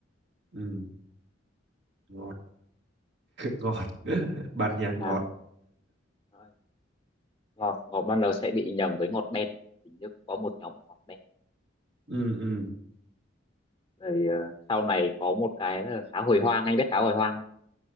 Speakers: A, on the right; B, on the left.
A: ừ đúng rồi. ngọt <laughs> ban nhạc
B: À,
A: ngọt
B: rồi. ngọt ngọt ban đầu sẽ bị nhầm với ngọt đen hình như cũng có một nhóm là ngọt đen
A: ừ ừ
B: rồi ờ, sau này có một cái là cá hồi hoang anh biết cá hồi hoang không